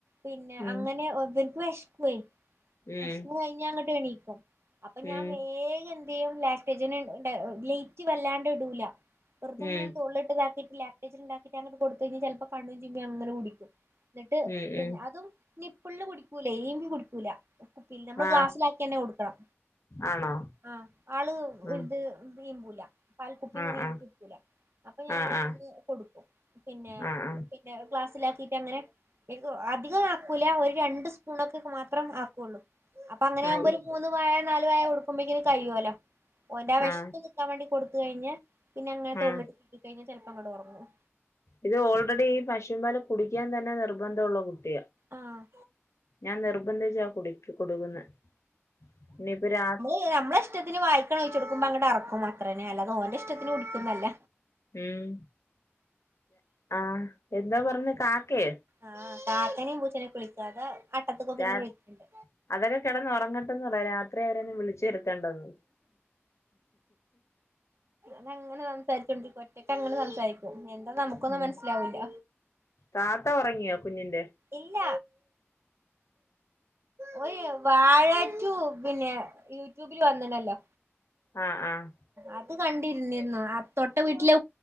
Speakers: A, on the right (about 65°); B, on the left (about 90°).
A: പിന്നെ
B: ഉം
A: അങ്ങനെവനിക്ക് വെഷക്കുവേ
B: ഉം
A: വെഷന്ന്കഴിഞ്ഞ അങ്ങോട്ട് എണീക്കും അപ്പൊ ഞാൻ
B: ഉം
A: വേഗം എന്ത്യും ലാക്റ്റേജന് ലേറ്റ് വല്ലാണ്ട് ഇടൂല വറുതെങ്ങെ
B: ഉം
A: തുള്ളള്ളിട്ട്താക്കിട്ട് ലാക്ടേി ഉണ്ടാക്കിട്ട് അങ്ങട്ട കൊടു കഴിഞ്ഞാ ചിലപ്പോ കണ്ും ചമ്മ അങ്ങനെ കുടിക്കും എന്നിട്ട്
B: ഉം
A: പിന്നെ
B: ഉം
A: അതും നിപ്പിള്ള് കുടിക്കൂല ഈമ്പി കുടിക്കൂല പിന്നെ നമ്മള്
B: ആ
A: ഗ്ലാസ്സിലാക്കി തന്നെ കൊടുക്കണം
B: ആണോ
A: ആഹ് ആള്
B: ആ
A: ഇത് ഈമ്പൂല പൽക്കുപ്പി
B: ആ
A: ഇങ്ങനെ
B: ആ
A: ഈമ്പി കുടിക്കൂല അപ്പൊ ഞാന്
B: ആ ആ
A: അങ്ങനെ കൊടുക്കും പിന്നെ
B: ആ ആ
A: പിന്നെ ഒരു ക്ലാസ്സിലാക്കിയിട്ട് അങ്ങനെ അധികം ആക്കൂല ഒരു രണ്ട് സ്പൂണൊക്കെ മാത്രം ആക്കുള്ളൂ അപ്പൊ അങ്ങനെ ആകുമ്പോ
B: ആയി
A: ഒരു മൂന്ന് വായ നാല് വായ കൊടുക്കുമ്പോക്കിന് കഴിയുവല്ലോ ഓന്റെ വെശ്പ്പ്
B: ആ
A: ഉറക്കാൻ വേണ്ടി കൊടുത്ത് കഴിഞ്ഞ പിന്നെ അങ്ങനെ തോളിലിട്ട്
B: ആ
A: കഴിഞ്ഞാ ചിലപ്പോ അങ്ങട് ഉറങ്ങും
B: ഇത് ഓൾറെഡി ഈ പശുവിൻ പാല് കുടിക്കാൻ തന്നെ നിർബന്ധമുള്ള കുട്ടിയാണ്
A: ആഹ്
B: ഞാൻ നിർബന്ധിച്ചാ കുടി കൊടുക്കുന്നത് ഇനിയിപ്പൊ രാ
A: നമ്മള ഇഷ്ടത്തിന് വായിക്കട് ഒഴിച്ച് കൊടുക്കുമ്പൊ അങ്ങട്ട് ഇറക്കും അത്ര തന്നെ അല്ലാതെ ഓന്റെ ഇഷ്ടത്തിന് കുടിക്കൊന്നും അല്ല
B: ഉം ആഹ് എന്താ പറഞ്ഞെ കാക്കയോ
A: ആഹ് കാക്കനെയും പൂച്ചനൊക്കെ വിളിക്കാ അത് അട്ടത്ത്ക്കോക്കി
B: രാ
A: ഇങ്ങനെ വിളിക്ക്ണ്ട്
B: അതൊക്കെ കിടന്നുറങ്ങ ണ്ടാന്ന് പറയ് രാത്രി അവര ഒന്നും വിളിച്ച് വരുത്തണ്ടന്ന്
A: ഞാൻ അങ്ങനെ സംസാരിച്ചോണ്ട് ഇരിക്കാ ഒറ്റക്ക് അങ്ങനെ സംസാരിക്കും എന്താ നമുക്കൊന്നും
B: ഉം
A: മനസ്സിലാവൂല്ല
B: താത്ത ഉറങ്ങിയോ കുഞ്ഞിന്റെ
A: ഇല്ല ഓ വാഴാറ്റു പിന്നെ യൂട്യൂബിൽ വന്ന്ണല്ലോ
B: ആഹ് ആഹ്
A: അത് കണ്ടിരുന്നിരുന്നു തൊട്ട വീട്ടിലെ